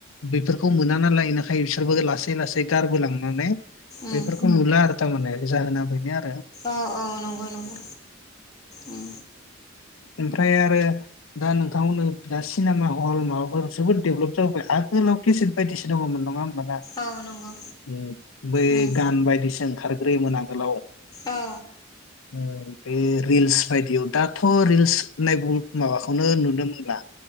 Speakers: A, on the left; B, on the left.
A: बेफोर खौ मोना नाालाय इनिखाय बिसोरबो लासै लासै गारबो लांनानै
B: उम
A: बेफोरखौ नुला आरो। थार माने जाहोना बेनो आरो।
B: ओ ओ नंगौ नंगौ उम।
A: ओमफ्राय आरो दा नोंथांमोननो दा सिनेमा हल माबाफोर जोबोद देभलप जाबाय आगोलाव केसेट बायदिसो दङमोन नङा होमबाना
B: औ नंगौ
A: उम बै
B: उम
A: गान बायदिसो ओंखार रैमोन आगोलाव?
B: औ
A: उम बे रिल्स बायदियाव दा थ' रिल्स होननाय बु माबाखौनो नुनो मोनला।